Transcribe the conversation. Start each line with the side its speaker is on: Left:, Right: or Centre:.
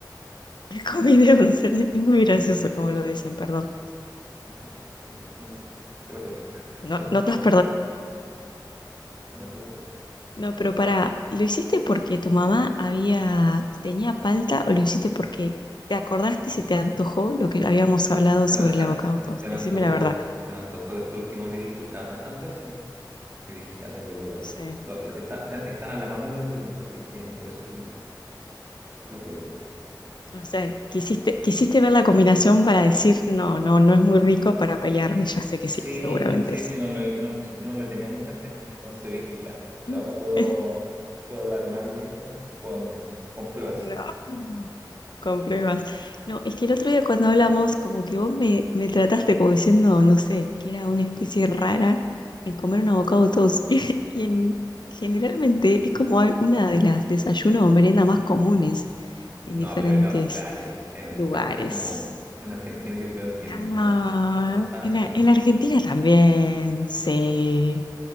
Left: <laughs> Comí de once, es muy
Right: la-
Left: gracioso como lo dicen, perdón.
Right: no, ya, no, te perdono.
Left: No,
Right: <laughs>
Left: no te vas a
Right: No, te perdono.
Left: No, pero para, ¿lo hiciste porque tu mamá había, tenía palta o lo hiciste porque te acordaste y se te antojó lo que habíamos hablado
Right: Se,
Left: sobre
Right: se-
Left: el avocado toast?
Right: se me
Left: Decime
Right: antojó,
Left: la verdad.
Right: se me antojó. Estos últimos días lo he escuchado tantas veces que dije, ya tengo que probarlo.
Left: Sí.
Right: Lo- lo- está- ta- están a la mano los ingredientes, así que por eso lo, lo probé.
Left: O sea, quisiste, quisiste ver la combinación para decir, no, no, no es muy rico para pelearme, ya sé que
Right: Sí,
Left: sí, seguramente
Right: sí, sí, no, lo, no, no le tenía mucha fe. Entonces dije, ya, ahora
Left: <laughs>
Right: puedo, puedo hablar mal de ella con, con pruebas.
Left: No. Con pruebas. No, es que el otro día cuando hablamos, como que vos me, me trataste como diciendo, no sé, que era una especie rara en comer un avocado toast. <laughs> Y en, generalmente es como al- una de las desayunos o meriendas más comunes en
Right: No,
Left: diferentes
Right: pero en Australia, en Australia
Left: lugares.
Right: es común. En Argentina yo creo que
Left: No,
Right: no, no, no es tan
Left: en
Right: común.
Left: la, en la Argentina también, sí.